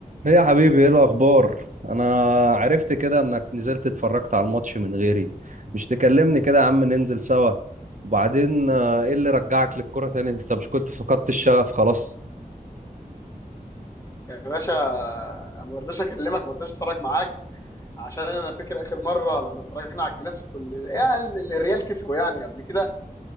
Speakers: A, on the right (about 60°); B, on the left (about 20°).
A: ايه يا حبيبي ايه الاخبار انا عرفت كده انك نزلت اتفرجت على الماتش من غيري مش تكلمني كده يا عم ننزل سوا وبعدين آه، ايه اللي رجعك للكرة تاني انت مش كنت فقدت الشغف خلاص
B: يا باشا ما برضاش اكلمك ما برضاش اتفرج معاك عشان انا فاكر اخر مره لما اتفرجنا على الكلاسيكو اللي يعني اللي الريال كسبه يعني قبل كده